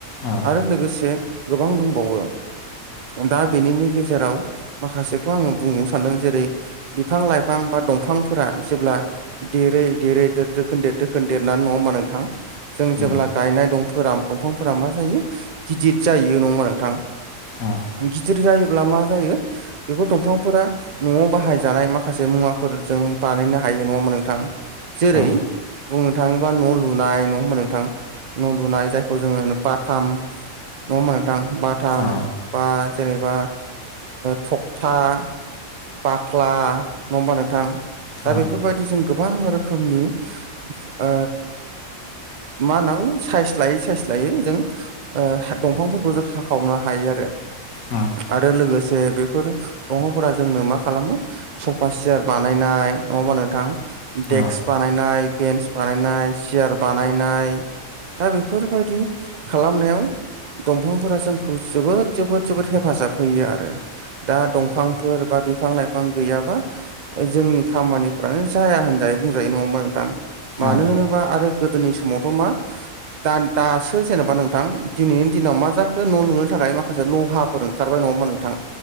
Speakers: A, on the left; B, on the right.
A: औ
B: आरो लोगोसे गोबां दंबावो दा बेनिनि गेजेराव माखासेखौ आङो बुंनो सानदों जेरै बिफां लाइफां बा दंफांफोरा जेब्ला देरै देरै देर दोखोन देर दोखोन देरना नङास होनबा नों नोंथां जों
A: उम
B: जेब्ला गायनाय दंफोरा दंफांफोरा मा जायो गिदिर जायो नङा नोंथां
A: औ
B: गिदिर जायोब्ला मा जायो बेफोर दंफांफोरा न'आव बाहायजानाय माखासे मुवाफोरजों बानायनो हायो नङामोन नोंथां जेरै
A: औ
B: बुंनो थाङोबा न' लुनाय न' होना नोंथां न' लुनाय जायखौ जोङो बाथाम नङा मोन नोंथां बाथाम
A: औ
B: बा जेनेबा थखथा बाख्ला नङा होमबा नोंथां
A: औ
B: दा बेफोरबायदि जों गोबां रोखोमनि ओ मा होनना साइस लायै साइस लायै जों दंफांफोरखौ जों हाखावनो हायो आरो
A: औ
B: आरो लोगोसे बेफोर दंफांफोरा जोंनो मा खालामो सफा सियार बानायनाय नङाबा नोंथां
A: औ
B: देक्स बानायनाय बेन्स बानायनाय सियार बानायनाय दा बेफोरबायदि खालामनायाव दंफांफोरा जोंखौ जोबोद जोबोद जोबोद हेफाजाब होयो आरो दा दंफांफोर बा बिफां लाइफां गैयाबा जोंनि खामानिफ्रानो जाया होनजायो बुंजायो नङा होमबा नोंथां मानो
A: औ
B: होनोब्ला आरो गोदोनि समावथ' मा दा दासो जेन'बा नोंथां दिनैनि दिनाव मा जाखो न' लुनो थाखाय माखासे लहा फोर ओंखारबाय नङामोन नोंथां